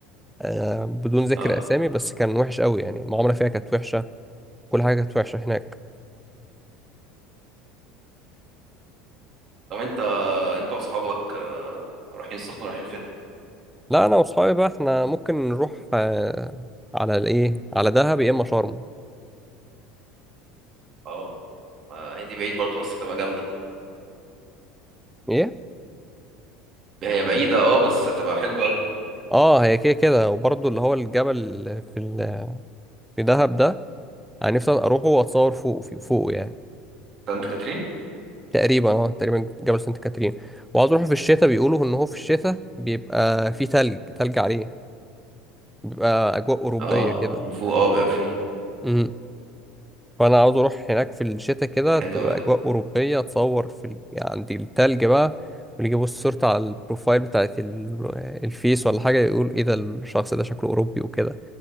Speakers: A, in the centre; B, on the right.
A: آه بدون ذكر
B: اه
A: اسامي بس كان وحش قوي يعني المعامله فيها كانت وحشه كل حاجه كانت وحشه هناك
B: طب انت انت واصحابك آه، رايحين السخنة رايحين فين
A: لا انا واصحابي بقى احنا ممكن نروح آه على الايه على دهب يا اما شرم
B: اه ما هي دي بعيد برضه بس هتبقى جامدة
A: ايه
B: هي بعيدة اه بس هتبقى حلوة أوي
A: اه هي كده كده وبرضه اللي هو الجبل في ال... في دهب ده انا نفسي اروحه واتصور فوق فوقه يعني
B: سانت كاترين
A: تقريبا اه تقريبا جبل سانت كاترين وعاوز اروح في الشتاء بيقولوا ان هو في الشتاء بيبقى في تلج تلج عليه بيبقى اجواء اوروبيه
B: اه
A: كده
B: من فوق اه بقى فيه
A: امم فانا عاوز اروح هناك في الشتاء كده
B: حلو
A: تبقى
B: أوي ده
A: اجواء اوروبيه اتصور في ال... عند التلج بقى واللي يبص صورتي على البروفايل بتاعت ال... الفيس ولا حاجه يقول ايه ده الشخص ده شكله اوروبي وكده